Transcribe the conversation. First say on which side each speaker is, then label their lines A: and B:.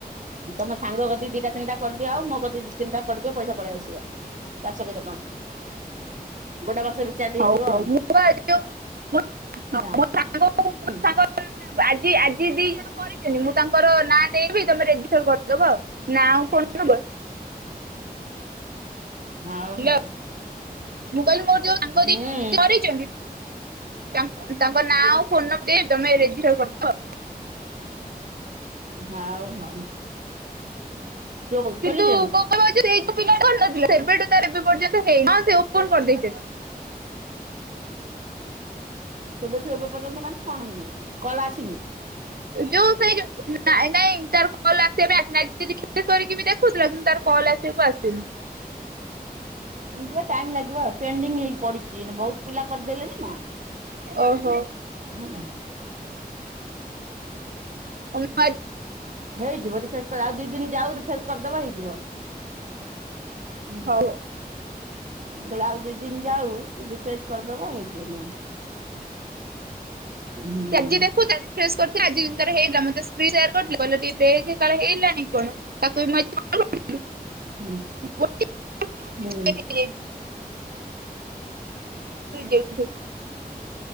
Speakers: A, on the right (about 50°); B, on the right (about 70°).
A: ତମ ସାଙ୍ଗ କତିକି ଦି ଟା ତିନିଟା କରିଦିଅ ଆଉ ମୋ କତିକି ଦି ତିନିଟା କରିଦିଅ ପଇସା ପଳେଇଆସିବ। ଚାରିଶ କେତେ ଟଙ୍କା। ଗୋଟେ ବର୍ଷ ରଚାର୍ଜ
B: ହଉ
A: ହେଇଯିବ ଆଉ।
B: ହଉ ମୁଁ ବା ଯୋଉ ମୋ
A: ହିଅ।
B: ସାଙ୍ଗ ମୋ
A: ହୁଁ।
B: ସାଙ୍ଗ ଆଜି ଆଜି ଦି ଜଣ କରିଛନ୍ତି ମୁଁ ତାଙ୍କର ନାଁ ଦେଇ ଦେବି ତମେ ରେଜିଷ୍ଟର କରିଦବ ଆଉ। ନା ଆଉ ଫୋନ୍ ନମ୍ବର।
A: ହଉ
B: ହ୍ୟାଲୋ।
A: ହଉ
B: ମୁଁ କଇଲି ମୋର ଯୋଉ ସାଙ୍ଗ
A: ହୁଁ
B: ଦିଟା ଆଜି କରିଚନ୍ତି ତାଙ୍କ- ତାଙ୍କ ନାଁ ଆଉ ଫୋନ ନମ୍ବର ଦିଏ ତମେ ରେଜିଷ୍ଟର କରିଦବ ଆଉ।
A: ହଉ ହଉ। ଯଉଁ
B: କିନ୍ତୁ
A: ଖୋଲିଛନ୍ତି?
B: କଣ କହିଲ ଯୋଉ ସେଇ ଯୋଉ ପିଲା କରିନଥିଲା ସେବେଠୁ ତାର ଏବେ ପର୍ଯ୍ୟନ୍ତ ହେଇନି। ହଁ ସେ ଓପନ କରିଦେଇଛନ୍ତି।
A: ସେବେଠୁ ଏବେ ପର୍ଯ୍ୟନ୍ତ ମାନେ କଣ ହେଇନି କଲ ଆସିନି?
B: ଯୋଉ ସେଇ ଯୋଉ ନାଇଁ ନାଇଁ ତାର କଲ୍ ଆସିବା ବି ଆସି <unintelligible> ଦେଖୁଥିଲା କିନ୍ତୁ ତାର କଲ୍ ଆସିବାକୁ ଆସିନି।
A: ଯିବ ଟାଇମ ଲାଗିବ ଆଉ ପେଣ୍ଡିଙ୍ଗ ହେଇକି ପଡିଛି ବହୁତ ପିଲା କରିଦେଲେଣି- ହ
B: ଓହୋ।
A: ହେଲା ହୁଁ।
B: <unintelligible>
A: ହେଇଯିବ ତୁ ରିଫ୍ରେସ ଆଉ ଦି ଦିନ ଯାଉ ରିଫ୍ରେସ କରିଦବ ହେଇଯିବ। ହୁଁ।
B: ହଉ।
A: ବେଳେ ଆଉ ଦି ଦିନ ଯାଉ ରିଫ୍ରେସ କରିଦବ ହେଇଯିବ। ହୁଁ
B: ସେ ଆଜି ଦେଖୁଛନ୍ତି? ରିଫ୍ରେସ କରୁଥିଲା ଆଜି କିନ୍ତୁ ତାର ହେଇଗଲା ମତେ ସ୍କ୍ରିନ୍ ସେୟାର କରିଥିଲା କହିଲା ଟିକେ ଦେଖେ କାଳେ ହେଲାନି କି କଣ ତାକୁ ବି ମୁଁ ଆଜି- <unintelligible>
A: ହୁଁ ହୁଁ
B: <unintelligible> ରେଜେକ୍ଟ୍ ହେଇଚି।